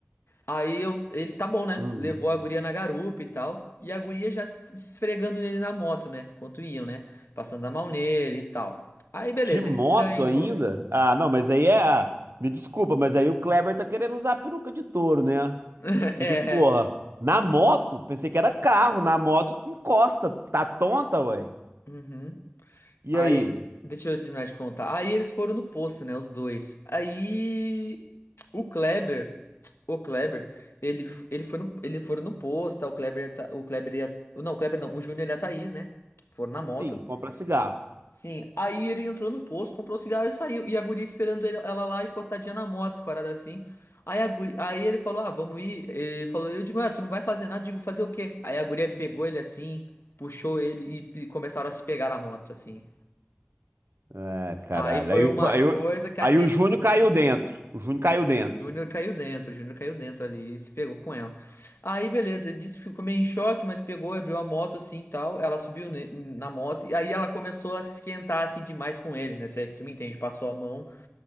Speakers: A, on the left (about 80°); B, on the right (about 80°).
A: Aí eu, ele tá bom, né?
B: Hum.
A: Levou a guria na garupa e tal. E a guria já se se esfregando nele na moto, né? Enquanto iam, né? Passando a mão nele e tal. Aí beleza,
B: De moto
A: ele estranhou.
B: ainda? Ah, não, mas aí é. ah, Me desculpa, mas aí o Kleber tá querendo usar a peruca de touro, né?
A: <laughs>
B: Porque,
A: É.
B: porra, na moto, pensei que era carro, na moto encosta, tá tonta, ué.
A: Uhum.
B: E
A: Aí,
B: aí?
A: deixa eu terminar de contar. Aí eles foram no posto, né? Os dois. Aí o Kleber, o Kleber, ele, f- ele foi no, ele foram no posto, tá? O Kleber, e a Tha- o Kleber, e a- não, o Kleber não, o Júnior e a Thaís, né? Foram na moto.
B: Sim, compra cigarro.
A: Sim, aí ele entrou no posto, comprou o cigarro e saiu. E a guria esperando ele- ela lá encostadinha na moto, escorada assim. Aí, a guri- aí ele falou: Ah, vamos ir. Ele falou: Eu digo, Ué, tu não vai fazer nada. Eu digo, fazer o quê? Aí a guria pegou ele assim, puxou ele e, e começaram a se pegar na moto, assim.
B: É, caralho.
A: Aí foi
B: Aí,
A: uma
B: o- aí,
A: coisa
B: o-
A: que aqueceu.
B: aí o Júnior caiu dentro. O Júnior caiu dentro.
A: O Júnior caiu dentro, o Júnior caiu dentro ali e se pegou com ela. Aí, beleza, ele disse que ficou meio em choque, mas pegou, abriu a moto assim e tal. Ela subiu ne- na moto e aí ela começou a se esquentar assim demais com ele, né? Se é que tu me entende, passou a mão